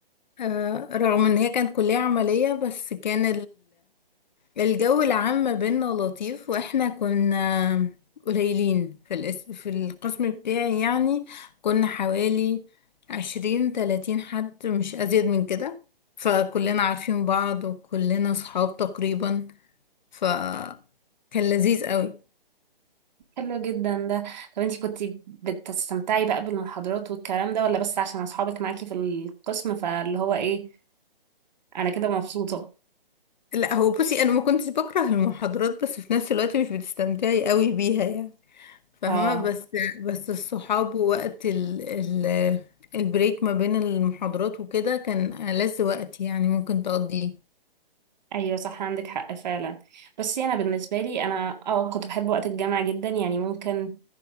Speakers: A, on the left; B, on the right.
A: آه، رغم ان هي كانت كلية عملية بس كان الجو العام ما بينا لطيف واحنا كنا قليلين في الاس... في القسم بتاعي يعني كنا حوالي عشرين تلاتين حد مش ازيد من كده فكلنا عارفين بعض وكلنا صحاب تقريبا فكان لذيذ قوي
B: حلو جدا ده طب انتي كنتي بتستمتعي بقى بالمحاضرات والكلام ده ولا بس عشان اصحابك معاكي في القسم فاللي هو ايه انا كده مبسوطه
A: لا هو بصي انا ما كنتش بكره المحاضرات بس في نفس الوقت مش بتستمتعي قوي بيها يعني فاهمة
B: اه
A: بس بس الصحاب ووقت ال ال البريك ما بين المحاضرات وكده كان ألذ وقت يعني ممكن تقضيه
B: ايوه صح عندك حق فعلا بس انا بالنسبه لي انا اه كنت بحب وقت الجامعه جدا يعني ممكن